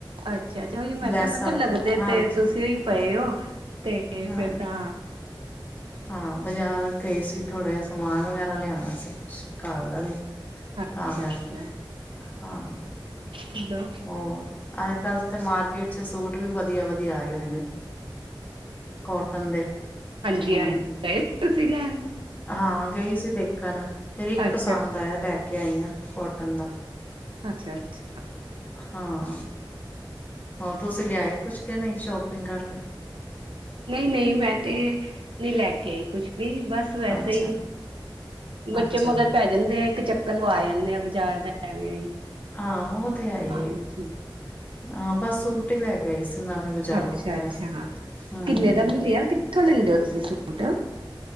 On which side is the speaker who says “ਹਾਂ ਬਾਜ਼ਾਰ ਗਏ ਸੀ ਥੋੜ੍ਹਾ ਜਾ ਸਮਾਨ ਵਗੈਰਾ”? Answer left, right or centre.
Left